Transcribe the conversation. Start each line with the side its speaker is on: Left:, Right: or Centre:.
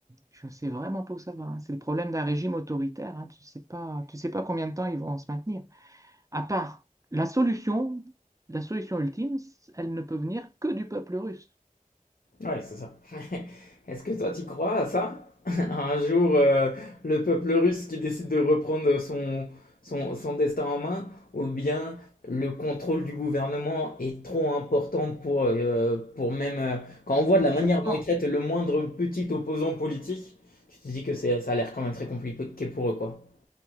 Right: Je sais vraiment pas où ça va. hein. C'est le problème d'un régime autoritaire. hein. Tu sais pas, tu sais pas combien de temps ils vont se maintenir. À part la solution, la solution ultime, elle ne peut venir que du peuple russe.
Left: Ouais, c'est ça. <laughs> Est-ce que toi, tu crois à ça? <laughs> Un jour, euh, le peuple russe qui décide de reprendre son, son, son destin en main, ou bien le contrôle du gouvernement est trop important pour, euh, pour même... euh, quand on voit de la
Right: Je
Left: manière
Right: pense,
Left: dont ils traitent le moindre petit opposant politique, tu te dis que c'est, ça a l'air quand même très compliqué pour eux, quoi.